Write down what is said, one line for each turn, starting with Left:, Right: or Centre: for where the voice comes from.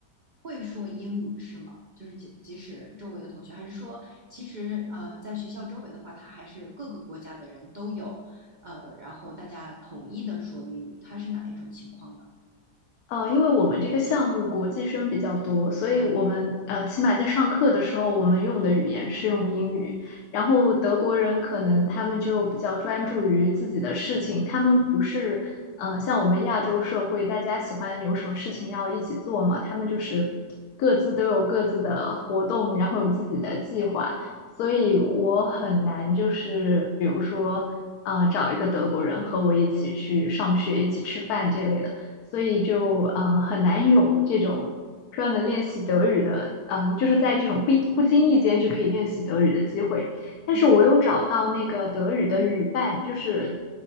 Right: 会说英语是吗？就是即即使周围的同学，还是说其实呃，在学校周围的话，他还是各个国家的人都有，呃，然后大家统一的说英语，他是哪一种情况呢？
Left: 呃，因为我们这个项目国际生比较多，所以我们呃，起码在上课的时候，我们用的语言是用英语。然后德国人可能他们就比较专注于自己的事情，他们不是呃像我们亚洲社会，大家喜欢有什么事情要一起做嘛，他们就是各自都有各自的活动，然后有自己的计划，所以我很难就是比如说呃找一个德国人和我一起去上学、一起吃饭这类的。所以就嗯很难有这种专门练习德语的，嗯，就是在这种不不经意间就可以练习德语的机会。但是我有找到那个德语的语伴，
Right: 嗯，
Left: 就是